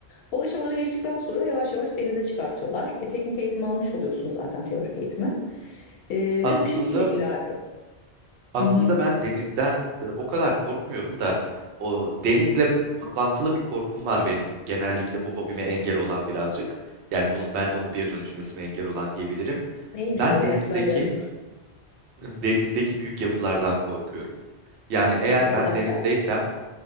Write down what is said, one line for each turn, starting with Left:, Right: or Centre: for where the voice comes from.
Left: O aşamaları geçtikten sonra yavaş yavaş denize çıkartıyorlar. E, teknik eğitim almış oluyorsun zaten teorik eğitimi. E,
Right: Aslında
Left: ve bu şekilde ilerliyor.
Right: Aslında
Left: Hı hı.
Right: ben denizden e, o kadar korkmuyorum da o denizle bağlantılı bir korkum var benim. Genellikle bu hobime engel olan birazcık. Yani bunun bende hobiye dönüşmesine engel olan diyebilirim.
Left: Neymiş
Right: Ben
Left: o?
Right: denizdeki
Left: Belki ben de yardımcı olurum.
Right: <laughs> denizdeki büyük yapılardan korkuyorum. Yani eğer
Left: Büyük yapı
Right: ben
Left: derken.
Right: denizdeysem